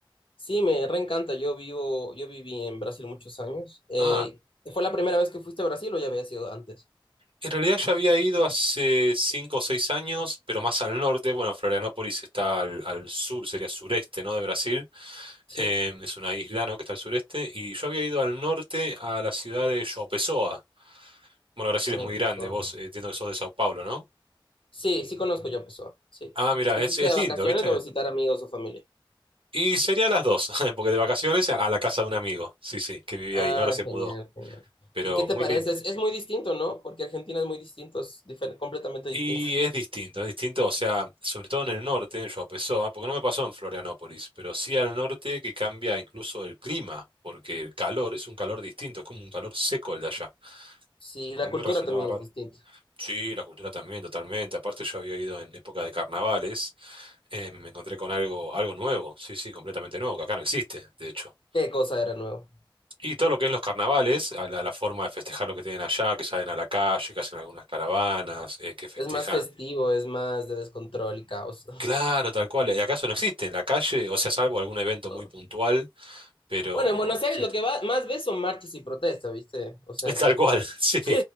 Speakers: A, on the left; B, on the right.
A: Sí, me reencanta, yo vivo, yo viví en Brasil muchos años. Eh,
B: Ah,
A: ¿fue la primera vez que fuiste a Brasil o ya había sido antes?
B: en realidad ya había ido hace cinco o seis años, pero más al norte. Bueno, Florianópolis está al, al sur, sería sureste, ¿no? De Brasil.
A: Sí,
B: Eh, es una isla, ¿no? que está al sureste, y yo había ido al norte a la ciudad de João Pessoa. Bueno, Brasil
A: yo
B: es muy
A: Pessoa.
B: grande, vos eh, entiendo que sos de Sao Paulo, ¿no?
A: Sí, sí conozco yo Pessoa, sí.
B: Ah, mira,
A: ¿Y fuiste
B: es, es
A: de vacaciones
B: lindo, ¿viste?
A: o a visitar amigos o familia?
B: Y sería las dos, <laughs> porque de vacaciones a la casa de un amigo, sí, sí, que vivía
A: Ah,
B: ahí, ahora se
A: genial,
B: mudó,
A: genial.
B: pero
A: ¿Y qué te
B: muy
A: parece?
B: lindo.
A: Es, es muy distinto, ¿no? Porque Argentina es muy distinto, es difer- completamente distinto.
B: Y
A: <laughs>
B: es distinto, es distinto, o sea, sobre todo en el norte, en João Pessoa, porque no me pasó en Florianópolis, pero sí al norte que cambia incluso el clima, porque el calor es un calor distinto, es como un calor seco el de allá.
A: Sí, la
B: A mí me
A: cultura
B: resultaba
A: también
B: raro.
A: es distinta.
B: Sí, la cultura también, totalmente. Aparte, yo había ido en época de carnavales, eh, me encontré con algo, algo nuevo, sí, sí, completamente nuevo, que acá no existe, de hecho.
A: ¿Qué cosa era nuevo?
B: Y todo lo que es los carnavales, a la, la forma de festejar lo que tienen allá, que salen a la calle, que hacen algunas caravanas, eh, que festejan.
A: Es más festivo, es más de descontrol y caos.
B: Claro, tal cual. Y acaso no existe en la calle, o sea, salvo algún evento
A: <laughs>
B: muy puntual, pero
A: Bueno, en Buenos Aires
B: existe.
A: lo que va,
B: <laughs>
A: más ves son marchas y protestas, ¿viste? O sea,
B: Es tal cual, <laughs> sí,
A: <laughs>